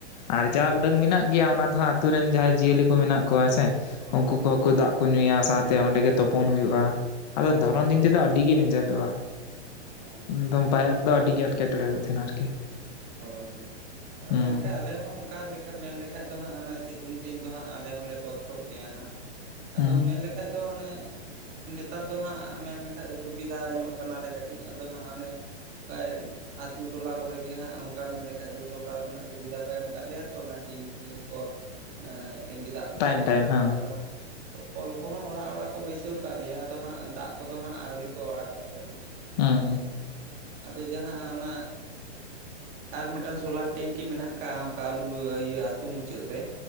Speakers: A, on the right; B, on the left.
A: ᱦᱳᱭ
B: ᱟᱨ ᱡᱟ ᱩᱰᱟᱹᱝ ᱢᱮᱱᱟᱜ ᱜᱮᱭᱟ ᱚᱱᱟ ᱫᱚ ᱦᱟᱸᱜ ᱟᱛᱩ ᱨᱮᱱ ᱡᱟᱦᱟᱸᱭ ᱡᱤᱭᱟᱹᱞᱤ ᱠᱚ ᱢᱮᱱᱟᱜ ᱠᱚᱣᱟ ᱦᱮᱸᱥᱮ,
A: ᱦᱳᱭ
B: ᱩᱝᱠᱩ
A: ᱦᱳᱭ ᱦᱳᱭ
B: ᱠᱚᱠᱩ ᱫᱟᱜ ᱠᱚ ᱧᱩᱭᱟ᱾ ᱥᱟᱶᱛᱮ ᱚᱸᱰᱮ ᱜᱮ ᱛᱩᱯᱩᱱ ᱦᱩᱭᱩᱜᱼᱟ᱾ ᱟᱫᱚ
A: ᱚ
B: ᱫᱷᱚᱨᱚᱱ ᱫᱤᱱ ᱛᱮ-ᱫᱚ ᱟᱹᱰᱤ ᱜᱮ, ᱟᱸᱡᱮᱫᱚᱜᱼᱟ᱾
A: ᱚ
B: ᱮᱫᱚᱢ ᱯᱟᱭᱨᱟ ᱫᱚ᱾ ᱟᱹᱰᱤ ᱜᱮ ᱮᱸᱴᱠᱮᱴᱚᱬᱮᱸ ᱦᱩᱭᱩ-ᱜ ᱛᱟᱦᱮᱱᱟ᱾ ᱟᱨᱠᱤ
A: ᱦᱳᱭ᱾ ᱟ
B: ᱦᱩᱸ
A: ᱜᱚᱝᱠᱮ ᱟᱞᱮ ᱦᱚᱸ ᱚᱱᱠᱟ, ᱞᱮᱠᱟ᱾ ᱢᱮᱱ ᱞᱮᱠᱷᱟᱡ ᱫᱚ᱾ ᱦᱟᱸᱜ ᱚᱱᱟ ᱥᱤᱛᱩᱝ ᱫᱤᱱ ᱫᱚ ᱦᱟᱸᱜ᱾ ᱟᱞᱮ ᱦᱚᱸᱞᱮ ᱠᱚᱥᱴᱚ-ᱜ ᱜᱮᱭᱟ ᱾ᱦᱟᱸᱜ
B: ᱦᱩᱸ
A: ᱟᱫᱚ ᱢᱮᱱᱞ ᱦᱛ ᱢᱟᱱᱮ <unintelligible> ᱱᱮᱛᱟᱨ ᱫᱚ ᱦᱟᱸᱜ ᱾ᱢᱮᱱ ᱞᱮᱠᱷᱟᱡ ᱥᱩᱵᱤᱫᱟ᱾ ᱧᱚᱜ ᱠᱟᱱᱟᱞᱮ ᱠᱟᱹᱴᱤᱡ ᱾ᱟᱫᱚ ᱦᱟᱸᱜ ᱚᱱᱮ ᱠᱟᱭ ᱟᱹᱛᱩ ᱴᱚᱸᱞᱟ ᱠᱚᱨᱮ ᱜᱮ ᱾ᱦᱟᱜ ᱚᱱᱠᱟ ᱢᱮᱱ ᱞᱮᱠᱷᱽᱟᱡ ᱫᱚ᱾ ᱥᱚᱨᱠᱟᱨ ᱠᱷᱚᱱᱟ-ᱜ ᱥᱩᱵᱤᱫᱟ ᱠᱚ ᱮᱢ ᱠᱟᱫ ᱞᱮᱭᱟ᱾ ᱛᱚ ᱚᱱᱟ ᱴᱤᱝᱠᱤ ᱠᱚ ᱴᱮᱝᱠᱤ ᱫᱟᱜ ᱠᱚ-ᱠᱚ
B: ᱴᱟᱭᱤᱢ
A: ᱮᱢ
B: ᱴᱟᱭᱤᱢ
A: ᱟᱠᱟᱫ
B: ᱦᱮᱸ
A: ᱞᱮᱭᱟ᱾ ᱟᱫᱚ ᱦᱟᱸᱜ ᱠᱚᱞ ᱠᱚ ᱦᱚᱸ ᱚᱲᱟ-ᱜ -ᱚᱲᱟ-ᱜ ᱠᱚ, ᱵᱟᱹᱭᱥᱟᱹᱣ ᱠᱟᱜ ᱞᱮᱭᱟ ᱾ᱟᱫᱚ ᱦᱟᱸᱜ ᱫᱟᱜ ᱠᱚ-ᱫᱚ ᱦᱟᱸᱜ, ᱟᱹᱣᱨᱤ ᱠᱚ ᱟᱲᱟ-ᱜ ᱟᱞᱮᱭᱟ᱾
B: ᱦᱩᱸ
A: ᱦᱳᱭ
B: ᱦᱩᱸ
A: ᱾ ᱟᱫᱚ ᱡᱟᱦᱟᱸ ᱚᱱᱟ ᱟᱨ ᱢᱤᱴᱟᱝ ᱥᱳᱞᱟᱨ ᱴᱮᱝᱠᱤ ᱢᱮᱱᱟ-ᱜ ᱟᱠᱟᱼᱟ ᱾ ᱚᱱᱠᱟ ᱟᱞᱩ ᱤᱭᱟᱹ ᱟᱹᱛᱩ ᱢᱩᱪᱟᱹᱫ ᱨᱮ᱾